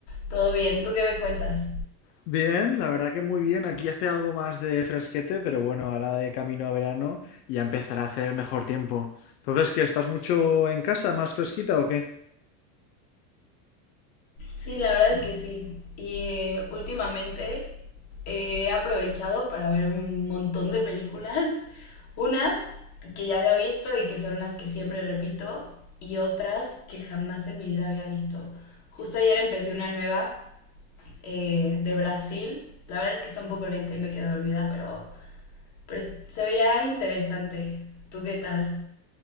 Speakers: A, on the left; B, on the left.
A: todo bien. ¿Tú qué me cuentas?
B: Bien, la verdad que muy bien. Aquí hace algo más de fresquete, pero bueno, ahora de camino a verano ya empezará a hacer mejor tiempo. Entonces, ¿qué? ¿Estás mucho en casa, más fresquita o qué?
A: Sí, la verdad es que sí. Y eh, últimamente eh, he aprovechado para ver un montón de películas, <laughs> unas que ya había visto y que son las que siempre repito, y otras que jamás en mi vida había visto. Justo ayer empecé una nueva eh, de Brasil. La verdad es que está un poco lenta y me quedé dormida, pero, pero se veía interesante. ¿Tú qué tal?